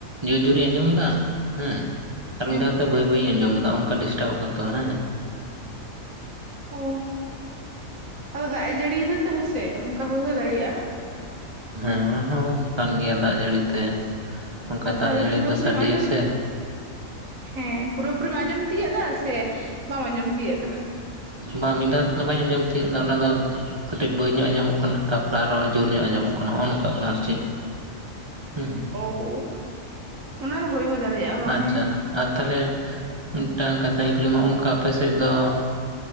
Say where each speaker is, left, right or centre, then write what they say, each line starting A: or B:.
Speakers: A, on the right (about 45°); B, on the right (about 70°).
A: ᱡᱳᱨ ᱡᱳᱨᱤᱧ ᱟᱸᱡᱚᱢ ᱮᱫᱟ ᱦᱮᱸ, ᱟᱨ ᱢᱤᱫ
B: ᱦᱮᱸ
A: ᱫᱷᱟᱣ ᱛᱮ ᱵᱟᱹᱭ ᱵᱟᱹᱭᱤᱧ ᱟᱸᱡᱚᱢ ᱮᱫᱟ ᱚᱝᱠᱟ ᱰᱤᱥᱴᱟᱵᱚᱜ ᱠᱟᱱ ᱛᱟᱢᱟ ᱦᱮᱸ᱾
B: ᱚᱻ, ᱟᱫᱚ ᱫᱟᱜ ᱮ ᱡᱟᱹᱲᱤᱭᱮᱫᱟ ᱛᱚ ᱦᱮᱸᱥᱮ ᱚᱝᱠᱟ ᱦᱩᱭ ᱦᱚᱸ ᱫᱟᱲᱮᱭᱟᱜᱼᱟ᱾
A: ᱦᱮᱸ ᱚᱱᱟ ᱦᱚᱸ ᱠᱟᱱ ᱜᱮᱭᱟ ᱫᱟᱜ ᱡᱟᱲᱤ ᱛᱮ᱾ ᱚᱱᱠᱟ
B: ᱟᱨ
A: ᱫᱟᱜ
B: ᱛᱟᱦᱚᱞᱮ
A: ᱡᱟᱹᱲᱤ
B: ᱯᱩᱨᱟᱹ
A: ᱫᱚ
B: ᱯᱩᱨᱤᱢ
A: ᱥᱟᱰᱮᱭᱟ
B: ᱟᱸᱡᱚᱢ
A: ᱥᱮ
B: ᱦᱮᱸ ᱯᱩᱨᱟᱹ ᱯᱩᱨᱤᱢ ᱟᱸᱡᱚᱢ ᱛᱤᱭᱟᱹᱜ ᱫᱟ ᱥᱮ ᱵᱟᱢ ᱟᱸᱡᱚᱢ ᱛᱤᱭᱟᱹᱜ ᱫᱟ?
A: ᱵᱟᱝ ᱢᱤᱫ ᱫᱷᱟᱣ ᱛᱮᱫᱚ ᱵᱟᱹᱧ ᱟᱸᱡᱚᱢ ᱛᱤᱭᱟᱹᱜ ᱫᱟ ᱚᱱᱟ ᱫᱚ ᱠᱟᱹᱴᱤᱡ ᱵᱟᱹᱭ ᱧᱚᱜ ᱟᱸᱡᱚᱢᱚᱜ ᱠᱟᱱᱟ ᱛᱟᱯᱚᱨᱮ ᱟᱨᱚ ᱡᱳᱨ ᱧᱚᱜ ᱟᱸᱡᱚᱢᱚᱜ <unintelligible> ᱱᱚᱝᱠᱟᱜ ᱠᱟᱱᱟ ᱟᱨ ᱪᱮᱫ, ᱦᱩᱸ᱾
B: <unintelligible> ᱚᱱᱟ ᱨᱮ ᱦᱩᱭ ᱦᱚᱸ ᱫᱟᱲᱮᱭᱟᱜᱼᱟ᱾ ᱵᱟᱝ
A: ᱟᱪᱪᱷᱟ,
B: ᱦᱮᱸ
A: ᱟᱨ ᱛᱟᱦᱚᱞᱮ ᱢᱤᱫᱴᱟᱝ ᱠᱟᱛᱷᱟᱧ ᱠᱩᱞᱤ ᱢᱮᱭᱟ ᱦᱚᱸᱜᱼᱚ ᱚᱝᱠᱟ ᱟᱯᱮ ᱥᱮᱫ ᱫᱚ